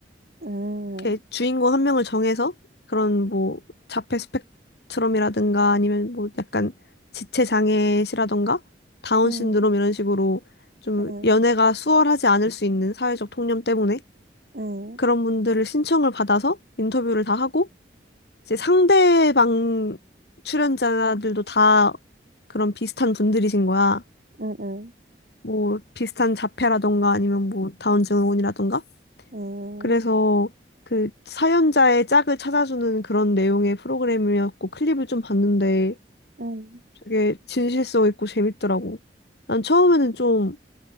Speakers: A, on the right; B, on the left.
A: 응,
B: 이렇게 주인공 한 명을 정해서 그런 뭐 자폐 스펙트럼이라든가 아니면 뭐 약간 지체 장애시라든가 다운
A: 응,
B: 신드롬 이런 식으로 좀
A: 응,
B: 연애가 수월하지 않을 수 있는 사회적 통념 때문에
A: 응.
B: 그런 분들을 신청을 받아서 인터뷰를 다 하고 이제 상대방 출연자들도 다 그런 비슷한 분들이신 거야.
A: 응, 응,
B: 뭐 비슷한 자폐라던가 아니면 뭐 다운 증후군이라던가
A: 응,
B: 그래서 그 사연자의 짝을 찾아주는 그런 내용의 프로그램이었고 클립을 좀 봤는데
A: 응.
B: 되게 진실성 있고 재밌더라고. 난 처음에는 좀